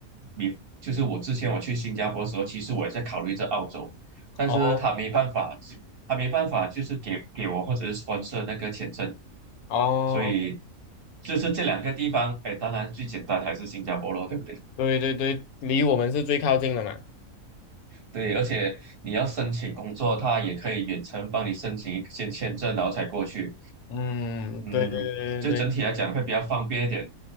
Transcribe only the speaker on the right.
比就是我之前我去新加坡的时候，其实我也在考虑这澳洲，但是他没办法，
他没办法，就是给给我或者是 sponsor 那个签证，
所以就是这两个地方，哎，当然最简单还是新加坡咯，对不对？
对，而且你要申请工作，他也可以远程帮你申请一些签证，然后才过去。
嗯，
就整体来讲会比较方便一点，